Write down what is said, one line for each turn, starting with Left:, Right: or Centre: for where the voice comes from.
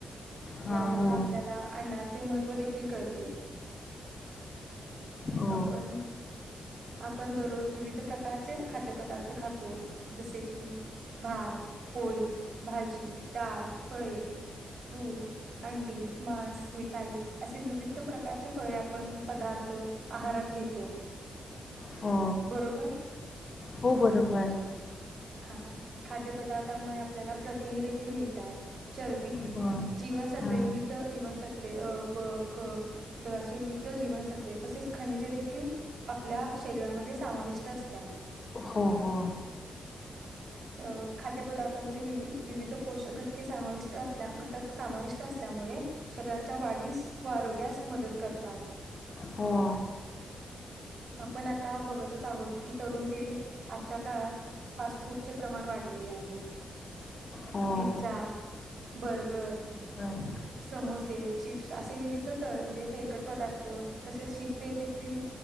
Left: हां
Right: यावरून
Left: हो
Right: आपल्याला त्याचे महत्व देखील कळते.
Left: हो
Right: आपण आपण दररोज विविध प्रकार प्रकारचे खाद्यपदार्थ खातो जसे की भात, पोळी, भाजी, डाळ, फळे, दूध, अंडी, मांस. मिठाई असे विविध प्रकारचे फळे आपण पदार्थ आहारात घेतो
Left: हो
Right: बरोबर.
Left: हो बरोबर.
Right: हा खाद्यपदार्थामुळे आपल्याला प्रतिने देखील मिळतात चरबी
Left: हो
Right: जीवनसत्वे
Left: हां
Right: विविध जीवनसत्व ब क ढ अे विविध जीवनसत्वे तसेच खनिजे देखील आपल्या शरीरामध्ये समाविष्ट असतात
Left: हो हो
Right: अ खाद्यपदार्थामध्ये वि विविध पोषक घटके समाविष्ट असल्या घटक समाविष्ट असल्यामुळे शरीरात वाढीस व आरोग्यास मदत करतात
Left: हो
Right: आपण आता बघतच आहोत की तरुण पिढी आजच्या काळात फास्ट फूडचे प्रमाण वाढलेले आहे
Left: हो
Right: पि्झा बर्गर
Left: बर
Right: समोसे चिप्स असे विविध तळेले तेलकट पदार्थ तसेच शीतपे देखील